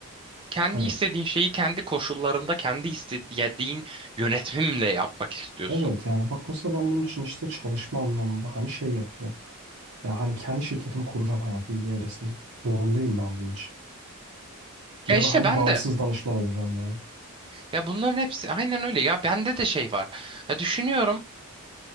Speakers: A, on the right; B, on the right.
A: Kendi
B: Hani
A: istediğin şeyi kendi koşullarında kendi istediğin yönetimle yapmak istiyorsun.
B: evet yani bak mesela ben bunun için işte çalışma anlamında hani şey yapacağım. Ya hani kendi şirketimi kuracağım hayatım bir evresinde. Zorundayım ben bunun için.
A: Ya
B: Ya
A: işte
B: da hani
A: ben
B: bağımsız
A: de
B: danışman olacağım yani.
A: ya bunların hepsi aynen öyle ya bende de şey var. Ya düşünüyorum